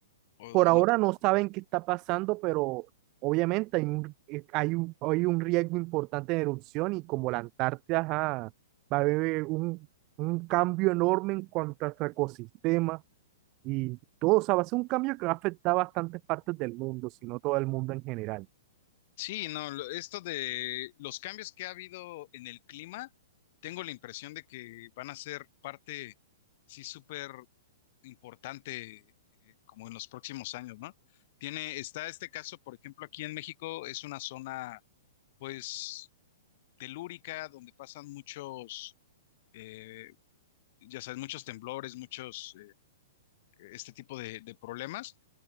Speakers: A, on the left (about 50°); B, on the right (about 35°).
A: ¿O,
B: por
A: o
B: ahora
A: no?
B: no saben qué está pasando, pero obviamente hay un, eh, hay un, hay un riesgo importante de erupción y como la Antártida, ajá, va a haber un, un cambio enorme en cuanto a su ecosistema y todo, o sea, va a ser un cambio que va a afectar bastantes partes del mundo, si no todo el mundo en general.
A: Sí, no, lo- esto de los cambios que ha habido en el clima, tengo la impresión de que van a ser parte, sí, súper importante, eh, como en los próximos años, ¿no? Tiene, está este caso, por ejemplo, aquí en México, es una zona, pues, telúrica, donde pasan muchos eh, ya sabes, muchos temblores, muchos, eh, este tipo de, de problemas,